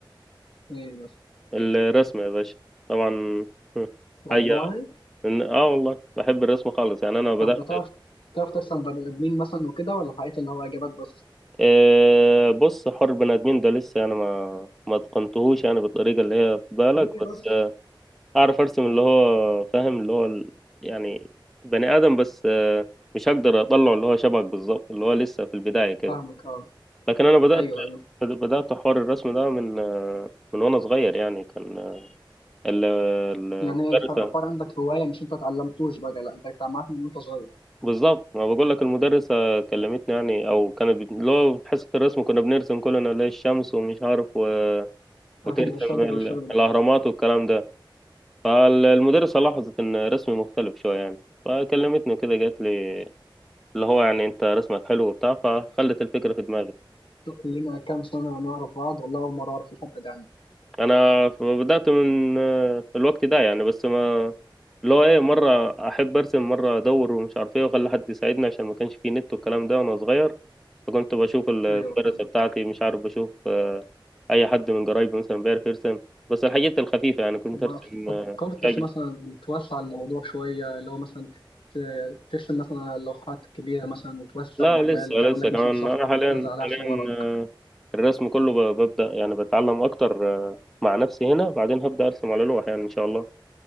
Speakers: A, on the left; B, in the centre.
A: ايه بس
B: الرسم يا باشا طبعا <laughs>
A: والله
B: حاجة إن- اه والله بحب الرسم خالص يعني انا بدأت
A: طب بتعرف بتعرف تحسن بني ادمين مثلا وكده ولا حقيقة اللي هو اجابات بس
B: آه، بص حر بني ادمين ده لسه انا ما ما اتقنتهوش يعني بالطريقه اللي هي في بالك
A: ليه
B: بس
A: بس
B: آه، اعرف ارسم اللي هو فاهم اللي هو ال- يعني بني ادم بس آه، مش هقدر اطلع اللي هو شبهك بالظبط اللي هو لسه في البدايه كده
A: فاهمك اه
B: لكن انا بدأت
A: ايوه ايوه
B: بدأت حوار الرسم ده من آه، من وانا صغير يعني كان آه، ال- المدرسه
A: يعني الح- الحوار عندك هوايه مش انت اتعلمتوش بقى لا انت اتعلمت من وانت صغير
B: بالظبط ما بقول لك المدرسة كلمتني يعني او كانت بت- اللي هو في حصة الرسم كنا بنرسم كلنا اللي هي الشمس ومش عارف و...
A: <laughs>
B: وترسم
A: ايوه الشجر
B: ال...
A: والشغل ده
B: الاهرامات والكلام ده فالمدرسة لاحظت ان رسمي مختلف شوية يعني فكلمتني كده قالت لي اللي هو يعني انت رسمك حلو وبتاع فخلت الفكرة في دماغي
A: لينا كام سنة نعرف بعض والله أول مرة أعرف الحبة دي عنك
B: انا ف- بدأت من آه، الوقت ده يعني بس ما اللي هو ايه مرة احب ارسم مرة ادور ومش عارف ايه واخلي حد يساعدني عشان ما كانش فيه نت والكلام ده وانا صغير فكنت بشوف المدرسة
A: أيوه فاهم
B: بتاعتي مش عارف بشوف اي حد من قرايبي مثلا بيعرف يرسم بس الحاجات الخفيفه يعني كنت
A: طب ما
B: ارسم
A: فكرتش
B: آه، شجر
A: مثلا توسع الموضوع شوية اللي هو مثلا ت- ترسم مثلا على لوحات كبيرة مثلا وتوسع
B: لا
A: المجال
B: لسه لسه
A: تعمل لك
B: كمان
A: مثلا صفحة
B: انا حاليا
A: تنزل عليها
B: حاليا
A: صورك
B: آه، الرسم كله ب- ببدا يعني بتعلم اكتر آه، مع نفسي هنا بعدين هبدا ارسم على لوح يعني ان شاء الله